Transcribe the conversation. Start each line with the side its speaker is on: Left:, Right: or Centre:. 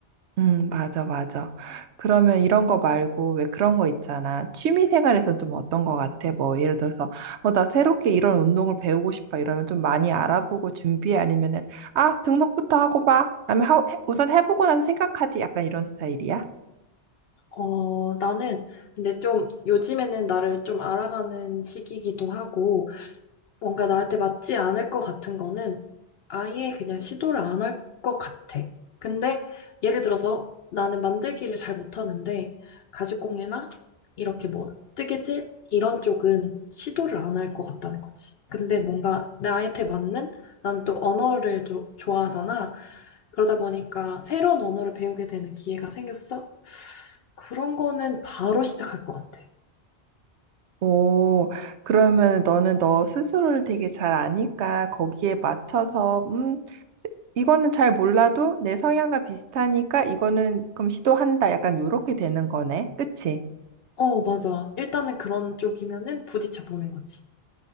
Right: 음, 맞아, 맞아. 그러면 이런 거 말고 왜 그런 거 있잖아. 취미 생활에선 좀 어떤 거 같아? 뭐 예를 들어서 어, 나 새롭게 이런 운동을 배우고 싶어 이러면 좀 많이 알아보고 준비해 아니면은 아, 등록부터 하고 봐. 아니면 하, 우선 해보고 나서 생각하지. 약간 이런 스타일이야?
Left: 어, 나는 근데 좀 요즘에는 나를 좀 알아가는 시기이기도 하고, 뭔가 나한테 맞지 않을 것 같은 거는 아예 그냥 시도를 안 할 것 같아. 근데 예를 들어서 나는 만들기를 잘 못하는데 가죽공예나 이렇게 뭐 뜨개질 이런 쪽은 시도를 안 할 것 같다는 거지. 근데 뭔가 나한테 맞는 나는 또 언어를 조- 좋아하잖아. 그러다 보니까 새로운 언어를 배우게 되는 기회가 생겼어. 그런 거는 바로 시작할 것 같아.
Right: 오, 그러면 너는 너 스스로를 되게 잘 아니까 거기에 맞춰서, 음, 이거는 잘 몰라도 내 성향과 비슷하니까 이거는 그럼 시도한다. 약간 요렇게 되는 거네. 그치?
Left: 어, 맞아. 일단은 그런 쪽이면은 부딪혀 보는 거지.